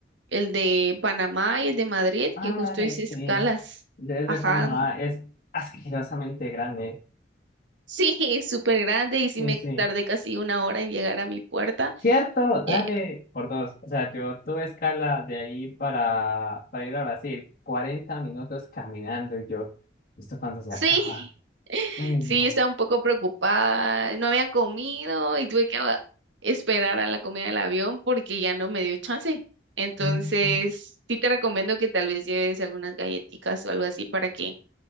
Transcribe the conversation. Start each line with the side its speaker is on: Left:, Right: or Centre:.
Right: el de Panamá y el de Madrid,
Left: Ah,
Right: que
Left: no,
Right: justo
Left: dale,
Right: hice
Left: sí.
Right: escalas.
Left: Desde
Right: Ajá,
Left: Panamá es asquerosamente grande.
Right: sí, <laughs> es súper grande y
Left: Sí,
Right: sí me
Left: sí.
Right: tardé casi una hora en llegar a mi puerta.
Left: Cierto, dale,
Right: Eh,
Left: por dos. O sea, yo tuve escala de ahí para, para ir a Brasil. cuarenta minutos caminando y yo, ¿esto cuando se
Right: sí,
Left: acaba?
Right: <laughs>
Left: Uy,
Right: sí,
Left: no.
Right: yo estaba un poco preocupada, no había comido y tuve que a- esperar a la comida del avión porque ya no me dio chance. Entonces,
Left: Mm, mm.
Right: sí te recomiendo que tal vez lleves algunas galletitas o algo así para que